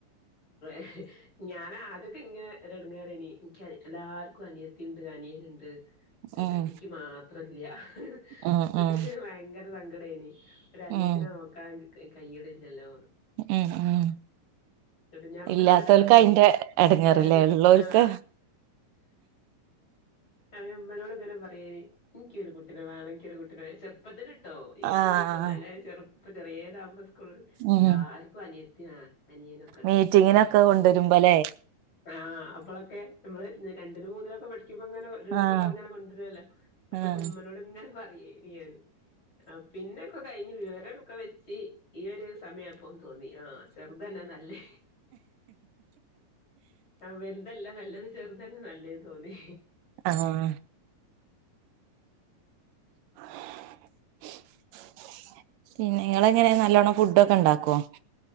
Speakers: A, on the left (about 35°); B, on the right (about 85°).
A: <inaudible> ഞാന ആദ്യക്കങ്ങനെ ഒര് എടങ്ങേരിനി എനി എല്ലാർക്കും അനിയത്തി ണ്ട് അനിയനിണ്ട് പിന്നെ
B: ഉം
A: നിക്ക് മാ ത്രല്യാ
B: ഉം
A: ട്ട്
B: ഉം
A: ഭയങ്കര സങ്കടേനി ഒരു അനിയത്തീനെ
B: ഉം
A: നോക്കാൻ കൈയിനിലലോന്ന്
B: ഉം ഉം
A: ന്നിട്ട് ഞ ഇമ്മനോട്ന്നെ
B: ഇല്ലാത്തോൽക്ക്
A: പറയെനി
B: അയിന്റെ എടങ്ങേറില്ലേ
A: വേദ
B: ഇള്ളോൽക്ക്
A: ആ <inaudible> അഇമ് മ്മനോട് ഇങ്ങനെ പറയന് എനിക്കൊരു കുട്ടിനെ വേണം എനിക്കൊരു കുട്ടി ചെറുപ്പത്തിലിട്ടോ ഈ
B: ആഹ്
A: സമയത്തൊന്നല്ല ചെറുപ്പം ചെറിയതാകുമ്പോ സ്കൂൾ
B: ഉം
A: എല്ലാർക് ക്കും അനിയത്തി അനിയനൊക്കെ ഇണ്ട്
B: മീറ്റിങ്ങിനൊക്കെ
A: നിക്ക് മാത്രല്ല
B: കൊണ്ടുവരുമ്പോല്ലേ
A: ആ അപ്പളൊക്കെ നമ്മള് രണ്ടിലും മൂന്നിലൊക്കെ ഠി ക്കുമ്പോ അങ്ങെ
B: ആഹ്
A: കുട്ടികൾ ഇങ്ങനെ കൊണ്ടുവരല്ലോ അപ്പൊമ്മനോട്
B: ആഹ്
A: ഇങ്ങനെ പറയേന് ഞൻ ആഹ് പിന്നൊക്കെ കഴിഞ്ഞ് വിവരോ ക്കെ വെച്ച് ഈ ഒരു സമയ പ്പം തോന്നി ആഹ് ചെറുതന്നെ നല്ലേ ആഹ് വലുതല്ല നല്ലത് ചെറുതന്നെ നല്ലേന്ന് തോന്നി
B: ആഹ് <inaudible> പിന്നെ നിങ്ങളെങ്ങനെ നല്ലോണം ഫുഡക്കൊ ണ്ടാക്കുവോ